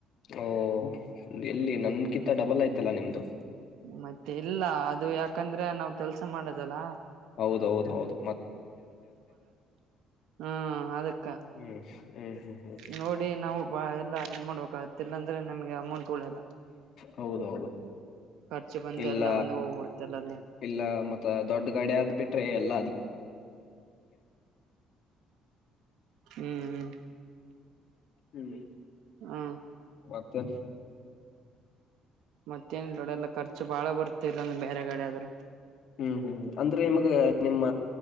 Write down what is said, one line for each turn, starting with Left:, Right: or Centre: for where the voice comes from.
Left: ಓ ಎಲ್ಲಿ ನನ್ ಕಿತ್ತ ಡಬಲ್ ಆಯ್ತಲ್ಲಾ ನಿಮ್ದು
Right: ಮತ್ತೆ ಇಲ್ಲ ಅದು ಯಾಕಂದ್ರೆ ನಾವ್ ಕೆಲ್ಸ ಮಾಡದಲ್ಲ
Left: ಹೌದ ಹೌದು
Right: ಹಾ ಅದಕ್ಕ
Left: ಹ್ಮ್ ಹ್ಮ್ ಹ್ಮ್ ಹ್ಮ್
Right: ನೋಡಿ ನಾವು ಬಾ ಎಲ್ಲ ಇದ ಮಾಡ್ಬೇಕಾಗತ್ತೆ ಇಲ್ಲಂದ್ರೆ ನಮಗೆ ಅಮೌಂಟ್ ಉಳಿಯಲ್ಲ
Left: ಹೌದೌದು
Right: ಖರ್ಚು ಬಂದು
Left: ಇಲ್ಲ
Right: ಎಲ್ಲ ಒಂದು ಹೋಗ್ಬಿಡ್ತಲ್ಲ
Left: ಇಲ್ಲ ಮತ್ತ ದೊಡ್ಡ ಗಡೆ ಆದ ಬಿಟ್ರಿ ಎಲ್ಲಾ ಅದಕೇ
Right: ಹ್ಮ್
Left: ಹ್ಮ್
Right: ಹಾ
Left: ಮತ್ತೆ
Right: ಮತ್ತೇನಿಲ್ ನೋಡ ಎಲ್ಲ ಖರ್ಚು ಬಾಳ ಬರ್ತೆ ಇಲ್ಲಂದ ಬೇರೆಖಡೆ ಆದ್ರ
Left: ಹ್ಮ್ ಹ್ಮ್ ಅಂದ್ರೆ ನಿಮಗ ನಿಮ್ಮ